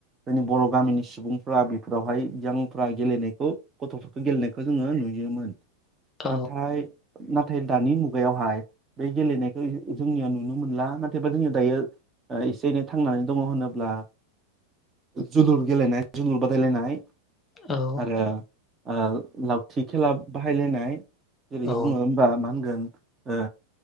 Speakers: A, on the right (about 20°); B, on the left (about 20°).
A: जोंनि बर' गामिनि सुबुंफ्रा बेफोरावहाय जोंफ्रा गेलेनायखौ गथ'फोरखौ गेलेनायखौ जोंङो नुयोमोन
B: औ
A: नाथाय ना नाथाय दानि मुगायावहाय बे गेलेनायखौ जोंनियाव नुनो मोनला नाथायबा जोंनि दायो ओ एसे एनै थांनानै दङ होनोब्ला जोलुर गेलेनाय जोलुर बादायलायनाय
B: औ
A: आरो ओ लावथि खेला बाहायलायनाय जेरै
B: औ
A: बुङो होमबा मा होनगोन ओ